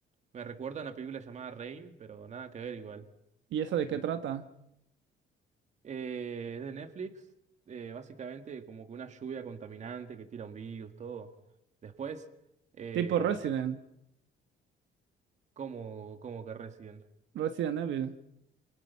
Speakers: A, on the right; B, on the right.
A: me recuerda a una película llamada Rain, pero nada que ver igual.
B: ¿Y esa de
A: Uy.
B: qué trata?
A: Eh, es de Netflix, eh, básicamente como que una lluvia contaminante que tira un virus, todo. Después, eh,
B: Tipo Resident.
A: como, como que Resident.
B: Resident Evil.